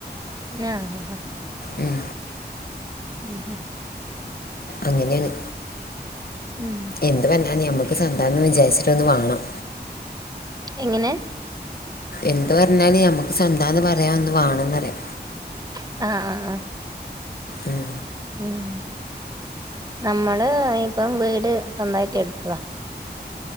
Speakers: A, on the right; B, on the left.
A: ആഹ്
B: ഉം
A: ഉം ഉം
B: അങ്ങനെണ്.
A: ഉം
B: എന്ത് പറഞ്ഞാ നമുക്ക് സ്വന്താ എന്ന് വിചാരിച്ചിട്ടൊന്ന് വാങ്ങണം.
A: എങ്ങനെ?
B: എന്ത് പറഞ്ഞാല് ഞമക്ക് സ്വന്തമാന്ന് പറയാൻ ഒന്ന് വാണമന്ന് പറയാ.
A: ആഹ ആ ആ.
B: ഉം
A: ഉം നമ്മള് ഇപ്പം വീട് സ്വന്തമായിട്ട് എടുത്തതാ.